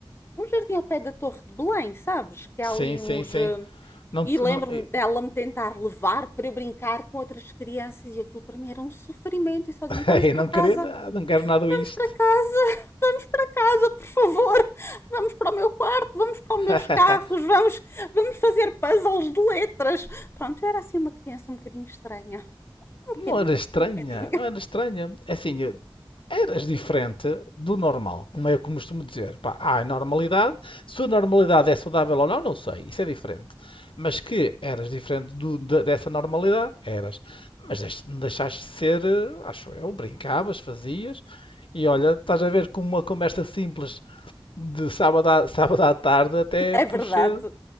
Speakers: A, on the left (about 25°); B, on the left (about 75°).
A: um jardim ao pé da Torre de Belém, sabes? Que
B: Sim,
A: há ali
B: sim,
A: uns.
B: sim.
A: eh,
B: Não,
A: E
B: te-
A: lembro-me
B: não,
A: dela me tentar levar para eu brincar com outras crianças e aquilo para mim era um sofrimento. E só dizia:
B: <laughs>
A: vamos
B: eu
A: para
B: não
A: casa,
B: queria nada, não quero nada
A: vamos
B: isto.
A: para casa, <laughs> vamos para casa, por favor, vamos para o meu quarto, vamos para
B: <laughs>
A: os meus carros, vamos, vamos fazer puzzles de letras. Pronto, eu era assim uma criança um bocadinho estranha. Um bocadinho,
B: Não era estranha,
A: um bocadinho.
B: não era
A: <laughs>
B: estranha. É assim, eu- eras diferente do normal, como eu costumo dizer. Pá, há a normalidade. Se a normalidade é saudável ou não, não sei. Isso é diferente. Mas que eras diferente do- de- dessa normalidade, eras. Mas deix- não deixaste de ser, eh, acho eu, brincavas, fazias. E olha, estás a ver como uma conversa simples de sábado à, sábado à tarde até
A: É
B: puxa,
A: verdade,